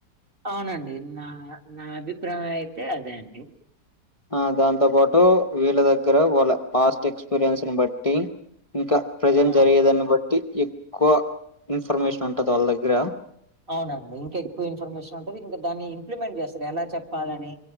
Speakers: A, on the right (about 35°); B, on the left (about 25°).
A: అవునండి నా నా అభిప్రాయం అయితే అదే అండి
B: ఆ దాంతో పాటు వీళ్ళ దగ్గర వాళ్ళ పాస్ట్ ఎక్స్పీరియన్స్ ని బట్టి ఇంకా ప్రెజెంట్
A: ఆ!
B: జరిగేదాన్ని బట్టి ఎక్కువ ఇన్ఫర్మేషన్ ఉంటది వాళ్ళ దగ్గర
A: అవునండి ఇంకా ఎక్కువ ఇన్ఫర్మేషన్ ఉంటుంది ఇంకా దాన్ని ఇంప్లిమెంట్ చేస్తారు ఎలా చెప్పాలని